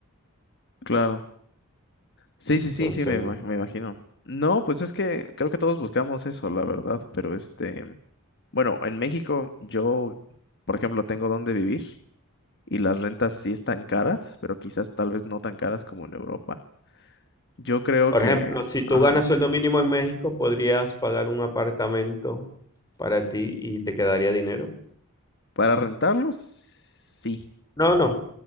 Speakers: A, on the left; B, on the left.
A: claro. Sí, sí, sí,
B: Entonces,
A: sí, me, ima- me imagino. No, pues es que creo que todos buscamos eso, la verdad, pero este... Bueno, en México yo, por ejemplo, tengo dónde vivir y las rentas sí están caras, pero quizás tal vez no tan caras como en Europa. Yo creo
B: por
A: que,
B: ejemplo, si tú
A: ajá,
B: ganas sueldo mínimo en México, podrías pagar un apartamento para ti y te quedaría dinero.
A: para rentarlo, sí.
B: No, no.